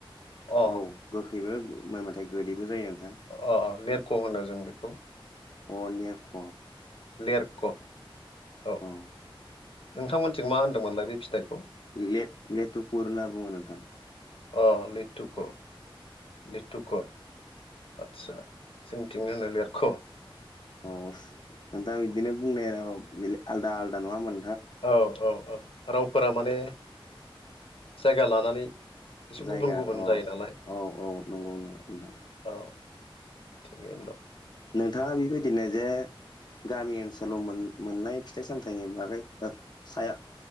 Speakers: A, on the left; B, on the left.
A: अ
B: औ गोखैबो मोनब्लााथाय गोदैबो जायो नोंथां
A: अ लेरख' होनो जों बेखौ
B: अनेरख
A: लेरख' औ
B: औ
A: नोंथांमोनथिं मा होनदोंमोनलाय बे फिथाइखौ
B: ले लेथुकर होनना बुङो नोंथां
A: अ लिटुक लिटुकर आदसा जोंथिं होनो लिरख'
B: औ नोंथां बिदिनो बुंनाय आलदा आलदा नङा होम
A: औ औ औ रावफोरा माने जायगा लानानै एसे
B: जायगा
A: गुबुन गुबुन
B: अ
A: जायो नालाय
B: औ औ नंगौ नोंथां
A: औ थिगैनो दं
B: नोंथाङा बेबायदिनो जे गामि ओनसोलाव मोन मोननाय फिथाइ सामथाइनि बागै साया